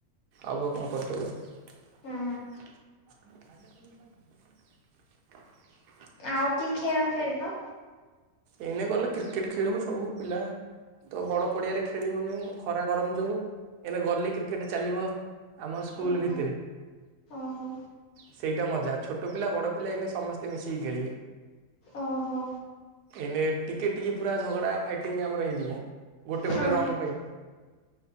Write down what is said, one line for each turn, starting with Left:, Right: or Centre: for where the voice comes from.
Right: ଆଉ ଅବା କଣ କରିପାରିବା।
Left: ହୁଁ
Right: <inaudible>
Left: ଆଉ କିଏ ଖେଳ ଖେଳିବ।
Right: ଏନେ ଗଲେ କ୍ରିକେଟ ଖେଳିବୁ ସବୁ ପିଲା ତ ବଡ଼ ପଡ଼ିଆରେ ଖେଳିବୁନି ଖରା ଗରମ ଯୋଗୁଁ ଏନେ ଗଲି କ୍ରିକେଟ ଚାଲିବ ଆମ ସ୍କୁଲ
Left: ଓହୋ
Right: ଭିତରେ।
Left: ଓହୋ।
Right: ସେଇଟା ମଜା ଛୋଟ ପିଲା ବଡ଼ ପିଲା ଏଇନେ ସମସ୍ତେ ମିଶିକି ଖେଳିବେ।
Left: ଓହୋ।
Right: ଏନେ ଟିକେ ଟିକେ ପୁରା ଝଗଡ଼ା ଫାଇଟିଙ୍ଗ ଆମର ହେଇଯିବ ଗୋଟେ
Left: ହଁ
Right: ଗୋଟେ ରନ୍
Left: ହଁ।
Right: ପାଇଁ